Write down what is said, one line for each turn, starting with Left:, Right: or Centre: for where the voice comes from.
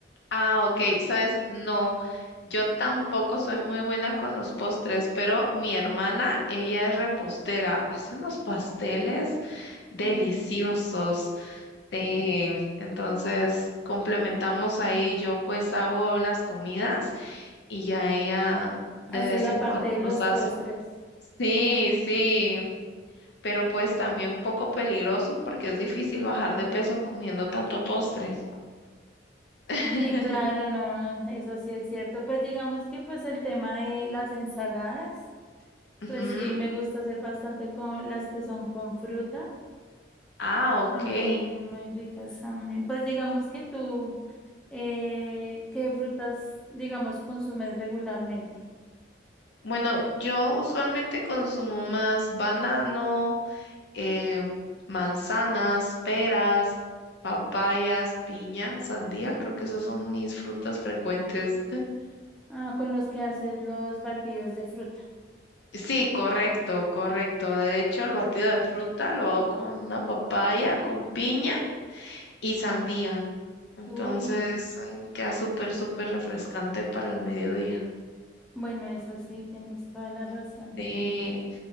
Left: Ah, ok, sabes, no, yo tampoco soy muy buena con los postres, pero mi hermana, ella es repostera, hace unos pasteles deliciosos.
Centre: Uy,
Left: Sí, entonces complementamos ahí, yo pues hago las comidas y ya ella
Centre: hacer
Left: de vez
Centre: la
Left: en
Centre: parte
Left: cuando
Centre: de
Left: nos
Centre: los
Left: hace
Centre: postres.
Left: un... Sí,
Centre: Ah,
Left: sí, pero pues también un poco peligroso porque es difícil bajar de peso comiendo tanto postre. <laughs>
Centre: sí, claro, no, eso sí es cierto. Pues digamos que pues el tema de las ensaladas,
Left: Ujú.
Centre: pues sí, me gusta hacer bastante con las que son con fruta.
Left: Ah, ok.
Centre: Son muy, muy ricas también. Pues digamos que tú... Eh, ¿qué frutas, digamos, consumes regularmente?
Left: Bueno, yo usualmente consumo más banano, eh, manzanas, peras, papayas, piña, sandía. Creo que esas son mis frutas frecuentes.
Centre: Ah, con los que haces los batidos de fruta.
Left: Sí, correcto, correcto. De hecho, el batido de fruta lo hago con una papaya, con piña y sandía. Entonces,
Centre: Uy,
Left: mm, queda súper, súper refrescante para el mediodía.
Centre: bueno, eso sí, tienes toda la razón.
Left: Sí,